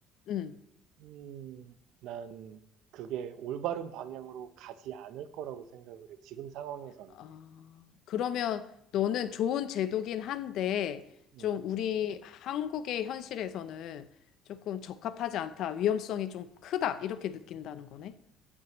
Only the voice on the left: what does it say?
응.
아, 그러면 너는 좋은 제도긴 한데,
좀 우리 한국의 현실에서는 조금 적합하지 않다, 위험성이 좀 크다, 이렇게 느낀다는 거네?